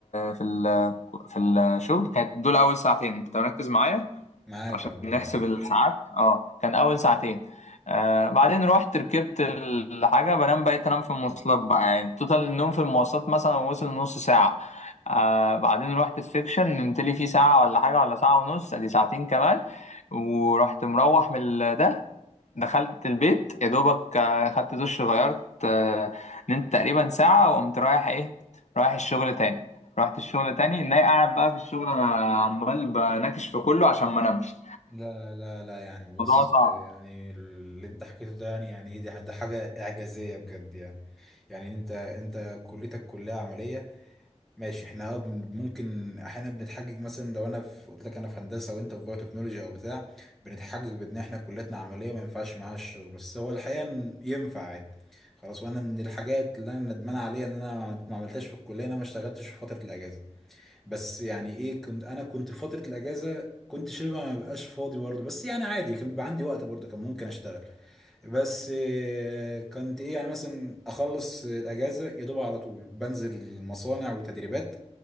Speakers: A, on the left (about 85°); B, in the centre.
A: في ال في الشغل كانت دول اول ساعتين انت مركز معايا
B: معاك
A: عشان
B: يا عبد
A: نحسب
B: الله
A: الساعات اه كان اول ساعتين آه بعدين رحت ركبت الحاجه بنام بقيت انام في المواصلات بقى يعني توتال النوم في المواصلات مثلا وصل نص ساعه آه بعدين رحت السكشن نمت لي فيه ساعه ولا حاجه ولا ساعه ونص ادي ساعتين كمان ورحت مروح من ال- ده دخلت البيت يا دوبك آه، خدت دش غيرت آه، نمت تقريبا ساعة وقمت رايح ايه رايح الشغل تاني رحت الشغل تاني ناي قاعد بقى في الشغل انا عمال بناكش في كله عشان ما انامش
B: لا لا لا يعني بص
A: الموضوع صعب
B: يعني اللي انت حكيته ده يعني يعني ايه دي دي حاجه اعجازيه بجد يعني يعني انت انت كليتك كليه عمليه ماشي احنا اه بن- ممكن احيانا بنتحجج مثلا لو انا في قلت لك انا في هندسه وانت في بايو تكنولوجي او بتاع بنتحجج بان احنا كلياتنا عمليه ما ينفعش معاها الشغل بس هو الحقيقه إن ينفع عادي خلاص وانا من الحاجات اللي انا ندمان عليها ان انا ما عملتهاش في الكليه إن انا ما اشتغلتش في فتره الاجازه بس يعني ايه كنت انا كنت في فتره الاجازه كنت شبه ما بقاش فاضي برضه بس يعني عادي كان بيبقى عندي وقت برضه كان ممكن اشتغل بس آه، كنت ايه يعني مثلا اخلص الاجازه يا دوب على طول بنزل مصانع وتدريبات